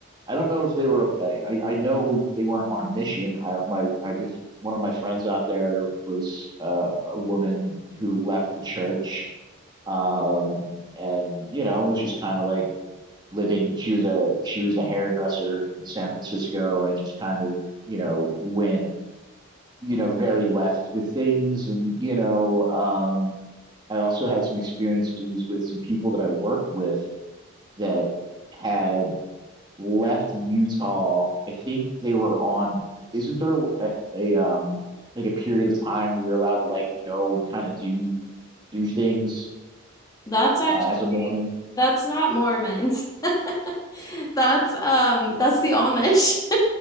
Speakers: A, on the right (about 20°); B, on the left (about 15°).
A: I don't know if they were. I, I I know they weren't on a mission. I my I bef- one of my friends out there was uh, a woman who left the church, um, and you know was just kind of like living. She was a she was a hairdresser in San Francisco, and just kind of you know went you know very left with things, and you know um, I also had some experiences with some people that I worked with that had left Utah, I think they were on, isn't there a, a um like a period of time where you're allowed to like go and kind of do do things
B: That's actually
A: uh, as a Mormon?
B: that's not Mormons. <laughs> That's um that's the Amish.